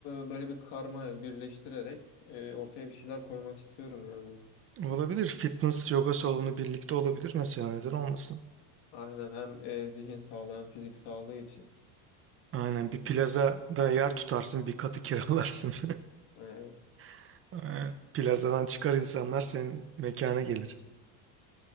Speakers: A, on the left (about 65°); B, on the right (about 30°).
A: e, böyle bir karma birleştirerek e, ortaya bir şeyler koymak istiyorum yani.
B: Olabilir fitness yoga salonu birlikte olabilir mesela neden olmasın.
A: Aynen hem e, zihin sağlığı hem fizik sağlığı için.
B: Aynen bir plazada yer tutarsın bir katı kiralarsın.
A: Evet.
B: <laughs> Aynen. Plazadan çıkar insanlar senin mekana gelir.